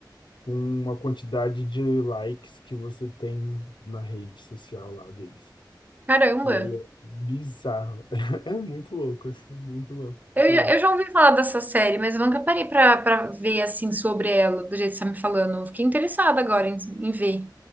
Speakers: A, on the left; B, on the right.
A: com uma quantidade de likes que você tem na rede social lá deles.
B: Caramba.
A: E aí é bizarro. <laughs> É muito louco, isso, é muito louco,
B: Eu,
A: muito louco.
B: já- eu já ouvi falar dessa série, mas eu nunca parei pra, pra ver assim sobre ela, do jeito que você tá me falando. Eu Fiquei interessada agora em, em ver.